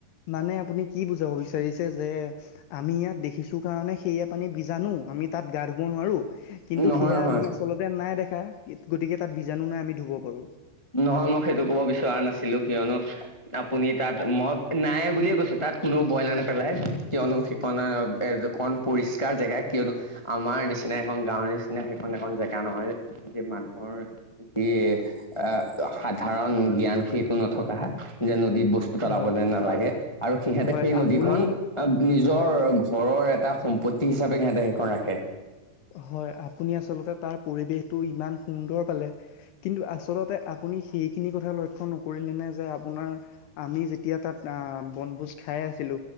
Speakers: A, on the left (about 75°); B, on the left (about 50°).
A: মানে আপুনি কি বুজাব বিচাৰিছে। যে আমি ইয়াত দেখিছোঁ কাৰণে সেইয়া পানী বীজাণো আমি তাত গা ধুব নোৱাৰো কিন্তু,
B: নহয়
A: সেয়া
B: নহয়
A: আমি আচলতে নাই দেখা গতিকে তাত বীজাণু নাই আমি ধুব পাৰো।
B: নহয় মই সেইটো ক'ব বিচৰা নাছিলো, কিয়নো আপুনি তাত মই নাই বুলিয়ে কৈছো তাত। তাত কোনো বইলাৰ নেপেলাই কিয়নো সিপনা এ কন পৰিষ্কাৰ জেগা কিয়নো আমাৰ নিচিনা এখন গাঁওৰ নিচিনা সেইখন এখন জেগা নহয় যে, মানুহৰ যি এ সাধাৰণ জ্ঞান খিকো নথকা যেনো দীত বস্তু পেলাবলে
A: হয়
B: নালাগে আৰু সিহঁতে
A: হয়
B: সেই নদীখন
A: আপুনি
B: বীজৰ
A: হয়
B: ঘৰৰে এটা সম্পত্তি হিচাপে সিহঁতে সেইখন ৰাখে।
A: হয়, আপুনি আচলতে তাৰ পৰিৱেশটো ইমান সুন্দৰ পালে। কিন্তু, আচলতে আপুনি সেইখিনি কথা লক্ষ নকৰিলে নে যে আপোনাৰ আমি যেতিয়া তাত আহ বনভোজ খাই আছিলো।